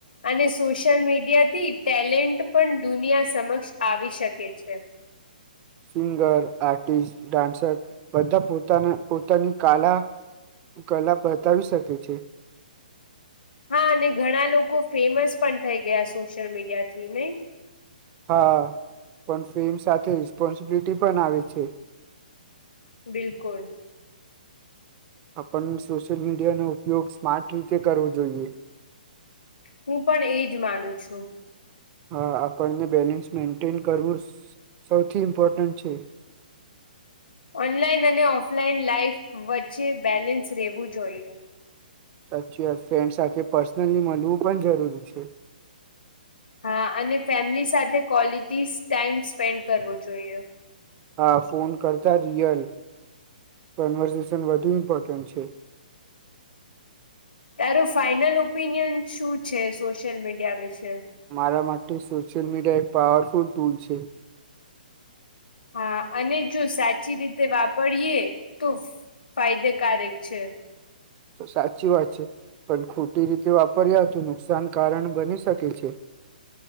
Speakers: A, on the left; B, on the right.
A: અને સોશિયલ મીડિયાથી ટેલેન્ટ પણ દુનિયા સમક્ષ આવી શકે છે
B: સિંગર આર્ટિસ્ટ ડાન્સર બધા પોતાના પોતાની કલા કલા બતાવી શકે છે
A: હા અને ઘણા લોકો ફેમસ પણ થઈ ગયા સોશિયલ મીડિયા થી નને
B: હા પણ પ્રેમ સાથે રપોન્સિબિલિટી પણ આવે છે
A: બિલકુલ
B: આપણ સોશિયલ મીડિયાનો ઉપયોગ સ્માર્ટ રીતે કરવો જોઈએ
A: હું પણ એજ માનું છું
B: હા આપણને બેલેન્સ મેન્ટેન કરવું સૌથી ઇમ્પોર્ટન્ટ છે
A: ઓનલાઈન અને ઓફલાઈન લાાઈફ વચ્ચે બેલેન્સ રહેવું જોઈએ
B: સાચી વાત ફ્રેન્ડ સાથે પર્સનલી મળવું પણ જરૂરી છે
A: હા અને ફેમિલી સાથે ક્વલિટી સ્ટા ટાઈમ સ્પેન્ડ કરવો જોઈએ
B: હા ફોન કરતા રિયલ કન્વર્ઝેશન વધુ ઇમ્પોર્ટન્ટ છે
A: તારું ફાાઈનલ ઓપિનિયન શું છે સોશિયલ મીડિયા વિશે
B: મારા માટે સોશિયલ મીડિયા એક પાવરફુલ ટૂલ છે
A: હા અને જો સાચી રીતે વાપરીયએ તો ફાયદેકારક છે
B: તો સાચી વાત છે પણ ખોટી રીતે વાપર્યા નુકસાન કારણ બની શકે છે